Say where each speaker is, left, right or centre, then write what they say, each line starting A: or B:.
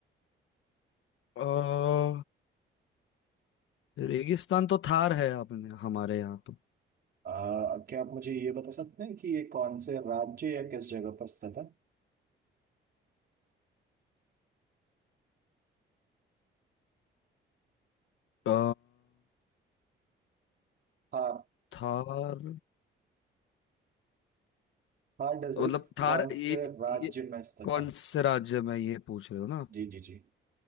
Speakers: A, on the left; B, on the right.
A: अ, रेगिस्तान तो थार है आपने हमारे यहाँ पे
B: आ, क्या आप मुझे ये बता सकते हैं कि ये कौन से राज्य या किस जगह पर स्थित है
A: अ,
B: थार
A: थार
B: थार डेजर्ट
A: मतलब थार
B: कौन
A: ये
B: से राज्य
A: ये
B: में स्थित
A: कौन
B: है
A: से राज्य में ये पूछ रहे हो ना
B: जी जी जी